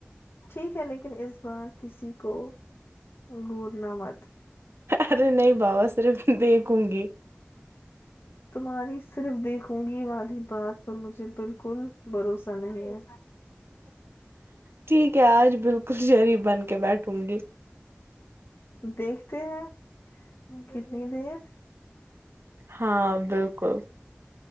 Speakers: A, on the left (about 75°); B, on the right (about 75°).
A: ٹھیک ہے لیکن اس بار کسی کو گھور نہ مت
B: ارے نہیں بابا صرف دیکھوں گی
A: تمہاری صرف دیکھوں گی والی بات پر مجھے بالکل بھروسہ نہیں ہے
B: ٹھیک ہے آج بالکل شریف بن کے بیٹھوں گی
A: دیکھتے ہیں کتنی دیر
B: ہاں بالکل